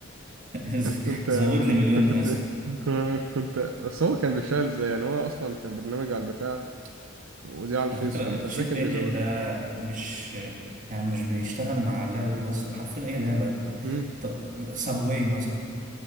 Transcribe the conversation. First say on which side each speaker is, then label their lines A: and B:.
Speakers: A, on the right; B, on the right.
A: <laughs>
B: كنت
A: زود لي مليون
B: كنت
A: ناس
B: ت- <laughs> كنت بس هو كان بيشتغل إزاي يعني هو أصلا كان برنامج على البتاع ودي على الفيس
A: على فكرة
B: فأنت
A: الشيت
B: إزاي كان
A: انجن
B: بيزودهم
A: ده مش يعني مش بيشتغل مع اللعبة دي بس ده حرفيا ايه لعبة ده
B: امم
A: طب سابواي مثلا